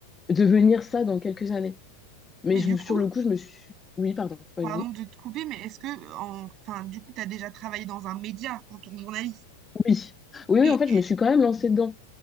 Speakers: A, on the left (about 15°); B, on the right (about 35°).
A: devenir ça dans quelques années. Mais
B: Mais
A: je,
B: du coup,
A: sur le coup, je me suis. Oui, pardon, vas-y.
B: pardon de te couper, mais est-ce que, en- enfin, du coup, tu as déjà travaillé dans un média en tant que journaliste?
A: Oui. Oui,
B: Et
A: oui, en fait, je me suis quand même lancée dedans.